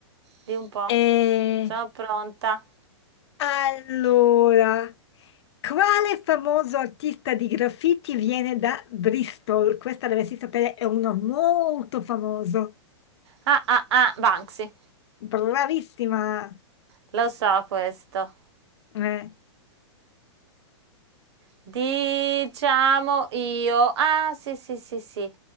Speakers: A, on the right (about 60°); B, on the left (about 65°).
A: Di un po'.
B: E
A: Sono pronta.
B: allora, quale famoso artista di graffiti viene da Bristol? Questa dovresti sapere, è uno molto famoso.
A: Ah, ah, ah, Banksy.
B: Bravissima.
A: Lo so questo.
B: Eh,
A: Diciamo io. Ah, sì, sì, sì, sì.